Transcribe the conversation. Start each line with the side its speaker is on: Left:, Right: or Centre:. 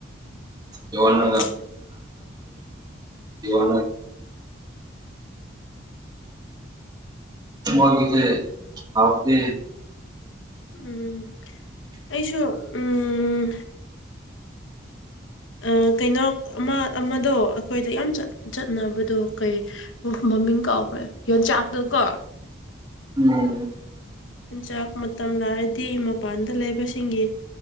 Right: ꯏꯁꯅꯥ
Left: ꯎꯝ
Right: ꯏ ꯋꯥ ꯃ ꯀꯦ ꯊꯕꯗꯤ
Left: ꯎꯝ ꯑꯩꯁꯨ ꯎꯝ ꯑ ꯀꯩꯅꯣ ꯑꯃ ꯑꯃꯗꯣ ꯑꯩꯈꯣꯏꯗ ꯌꯥꯝ ꯆꯠꯅꯕꯗꯣ ꯀꯩ ꯃꯃꯤꯡ ꯀꯥꯎ ꯍꯣꯏ ꯌꯣꯟꯆꯥꯛꯇꯣ ꯀꯣ
Right: ꯎꯝ
Left: ꯍꯤꯟ ꯆꯥꯛ ꯃ ꯃꯇꯝꯅ ꯗꯤ ꯃꯄꯥꯟꯗ ꯂꯩꯕꯁꯤꯡꯒꯤ